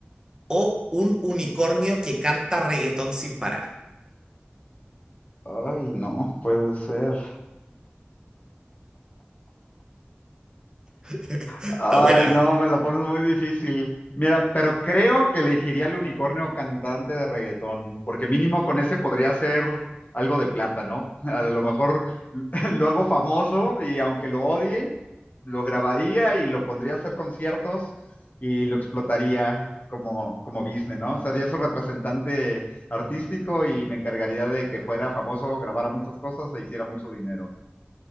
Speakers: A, on the right; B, on the left.
A: o un unicornio que canta reggaetón sin parar?
B: Ay, no, puede ser.
A: <laughs> Está
B: Ay,
A: buena.
B: no, me la pones muy difícil. Mira, pero creo que elegiría al unicornio cantante de reggaetón, porque mínimo con ese podría ser algo de plata, ¿no? A lo mejor <laughs> lo hago famoso y aunque lo odie, lo grabaría y lo pondría a hacer conciertos y lo explotaría como, como business, ¿no? Sería su representante artístico y me encargaría de que fuera famoso, grabara muchas cosas e hiciera mucho dinero.